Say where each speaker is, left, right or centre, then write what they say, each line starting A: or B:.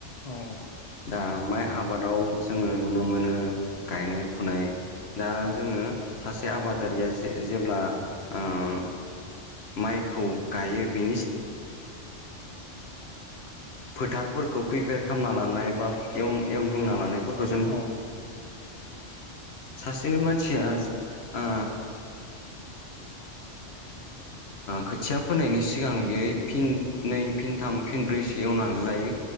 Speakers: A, on the left (about 35°); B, on the left (about 60°).
A: औ-औ
B: दा माइ आबादाव जोङो नुनो मोनो गायनाय फुनाय दा
A: औ
B: जोङो सासे आबादारिया जे जेब्ला ओम माइखौ गायो बि फोथारफोरखौ प्रिपेयार खालामना लानाय बा एवनो एवग्लुंना लानाय फोरखो
A: औ
B: सासेनो मानसिया आ खोथिया फोनायनि सिगां बेयो फिन नै फिन थाम फिन ब्रैसो एवनानै लायो